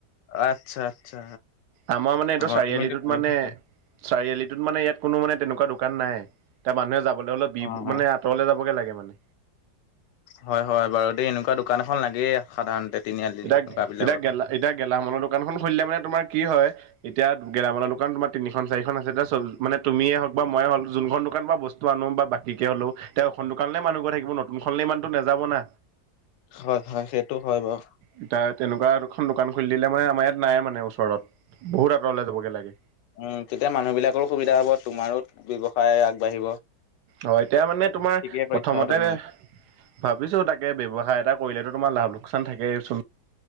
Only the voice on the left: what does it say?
আচ্ছা, আচ্ছা
অ',
তুমিতো কৰি
থাকা
অ', অ'।
হয় হয় বাৰু দেই এনেকুৱা দোকান এখন লাগেই সাধাৰণতে তিনিআলি
এনেকুৱ বিলাকত।
হয় হয় সেইটো হয় বাও।
উম তেতিয়া মানুহ বিলাকৰো সুবিধা হ'ব তোমাৰো ব্যৱসায় আগবাঢ়িব।
ঠিকে কৈছা
আৰু তুমি।